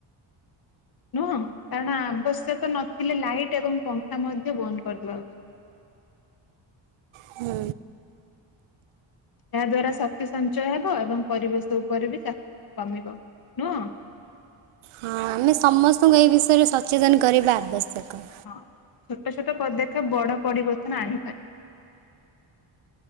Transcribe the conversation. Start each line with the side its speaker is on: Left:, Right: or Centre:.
Left: ନୁହଁ କାରଣ ଆବଶ୍ୟକ ନଥିଲେ ଲାଇଟ୍ ଏବଂ ପଙ୍ଖା ମଧ୍ୟ ବନ୍ଦ କରିଦବା ଉଚିତ୍।
Right: ହୁଁ।
Left: ଏହା ଦ୍ଵାରା ଶକ୍ତି ସଞ୍ଚୟ ହେବ ଏବଂ ପରିବେଶ ଉପରେ ବି ଚାପ କମିବ ନୁହଁ?
Right: ହଁ ଆମେ ସମସ୍ତଙ୍କୁ ଏ ବିଷୟରେ ସଚେତନ କରିବା ଆବଶ୍ୟକ।
Left: ହଁ ଛୋଟ ଛୋଟ ପଦକ୍ଷେପ୍ ବଡ ପରିବର୍ତ୍ତନ ଆଣିପାରେ।